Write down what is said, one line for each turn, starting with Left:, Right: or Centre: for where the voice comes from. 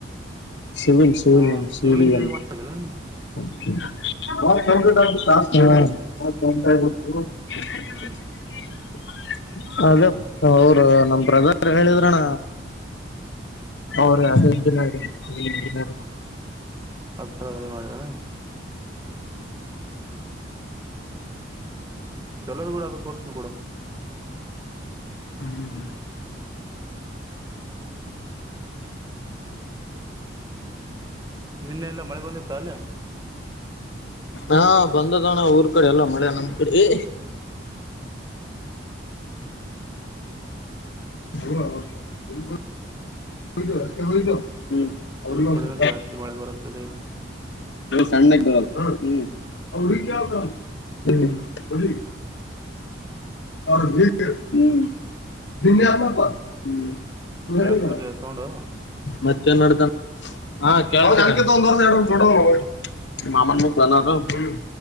Left: ಸಿವಿಲ್ ಸಿವಿಲ್
Right: ಹಾ
Left: ಸಿವಿಲ್
Right: ಇಂಜಿನಿಯರಿಂಗ್ ಮಾಡಿದ್ರಲ್ಲ ನೀನು
Left: ಇಂಡಿನಿಯರಿಂಗ್ <unintelligible> <unintelligible> ಹ <unintelligible>
Right: ಹ್ಮ್
Left: <unintelligible> <inaudible> ಅದೇ ಅವರು ನಮ್ ಬ್ರದರ್ ಹೇಳಿದ್ರಣ ಅವ್ರ ಇಂಜಿನಿಯಾರ್ ಈ ಇಂಜಿನಿಯರ್
Right: ಆದ್ ಸರಿ ಮತ್ ದ ಚಲೋದು ಅದ ಕೋರ್ಸ್ನು ಕೂಡ
Left: ಹ್ಮ್
Right: ನಿನ್ನೆ ಎಲ್ಲ ಮಳೆ ಬಂದ ತ್ ತಲ್ಲ
Left: ಹಾ ಬಂದದಣ ಊರ್ ಕಡೆ ಎಲ್ಲ ಮಳೆ ನಮ್ಮ್ ಕಡೆ ಏ ಅವ್ವ ಬಿಲ್ ಬಂತ್ ಹತೆ ಹತ ಹ್ಮ
Right: ನಮ್ಮ ಕಡೆನೂ
Left: ಹ್ಮ
Right: ಜಾಸ್ತಿ ಮಳೆ ಬರುತ್ತದೆ
Left: ಸಣ್ಣಗ ಬ್ರೋ. ಹ್ಮ್ಮ್ಅವ ಹೂಡಿಕೊಳ್ತ ಅವ ಗ್ರೀನ್ ಟೀ ಹೇಳ್ ಹ್ಮ ನಿನ್ನೆ ಅಮಾ ಪ ಹ್ಮ ಒಳಗಿದರ
Right: ಕೇಳಾಕತ್ತಿದೆ ಸೌಂಡು
Left: ಮತ್ತೇನ್ ನೋಡ್ತಾಂತ್ ಹ.. ಅವ್ನು ನನಗಿಂತ ಒಂದು ವರ್ಷ ಎರಡು ವರ್ಷ ದೊಡ್ಡವನು ಓಯ್ ಮಾಮನ್ದ ಪೋನ್ ಅದು.. ಹ್ಮ್ಮ್